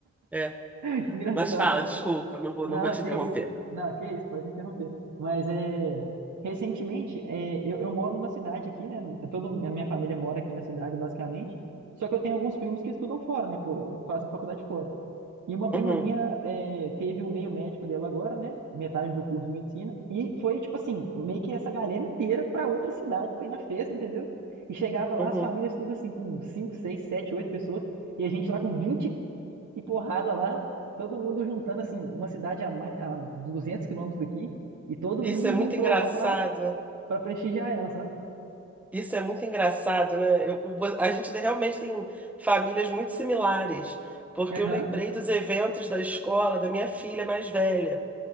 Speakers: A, in the centre; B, on the right.
A: É.
B: <laughs> Engraçado.
A: Mas fala, desculpa, não vou,
B: Não,
A: não vou te
B: que
A: interromper.
B: isso. Não, que isso, pode interromper. Mas é, recentemente, é, eu, eu moro numa cidade aqui, né? no- Toda a minha família mora aqui na cidade, basicamente. Só que eu tenho alguns primos que estudam fora, né? pô, fazem faculdade fora. E uma prima
A: Uhum,
B: minha é, teve o meio médico dela agora, né? Metade do curso de medicina. E foi, tipo assim, meio que essa galera inteira pra outra cidade pra ir na festa, entendeu? E chegava lá,
A: uhum.
B: as famílias tudo assim, com 5 6 7 8 pessoas. E a gente lá com 20 e porrada lá. Todo mundo juntando, assim, uma cidade a mais, a 200 quilômetros daqui. E todo
A: Isso
B: mundo
A: é muito
B: juntou
A: engraçado.
B: lá pra, pra prestigiar ela, sabe?
A: Isso é muito engraçado, né? Eu- o- a gente realmente tem famílias muito similares, porque
B: Aham,
A: eu lembrei dos eventos da escola da minha filha mais velha,